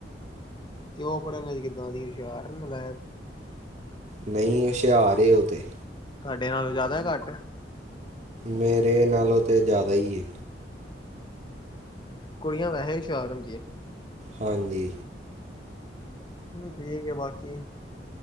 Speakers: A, on the left; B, on the right.
A: ਤੇ ਉਹ ਪੜ੍ਹਨ ਚ ਕਿੱਦਾਂ ਦੀ ਹੁਸ਼ਿਆਰ ਨਲਾਇਕ
B: ਨਹੀਂ ਹੁਸ਼ਿਆਰ ਏ ਉਹ ਤੇ
A: ਤੁਹਾਡੇ ਨਾਲੋਂ ਜ਼ਿਆਦਾ ਘੱਟ
B: ਮੇਰੇ ਨਾਲੋਂ ਤੇ ਜ਼ਿਆਦਾ ਹੀ ਏ
A: ਕੁੜੀਆਂ ਵੈਸੇ ਵੀ ਹੁਸ਼ਿਆਰ ਹੁੰਦੀ ਏ
B: ਹਾਂਜੀ
A: ਹਮ ਠੀਕ ਹੈ ਬਾਕੀ